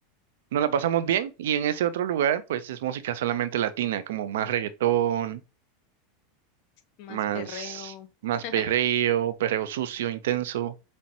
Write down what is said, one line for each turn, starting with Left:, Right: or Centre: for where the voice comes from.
Right: nos la pasamos bien y en ese otro lugar pues es música solamente latina, como más reggaetón,
Left: más
Right: más,
Left: perreo.
Right: más
Left: <laughs>
Right: perreo, perreo sucio, intenso.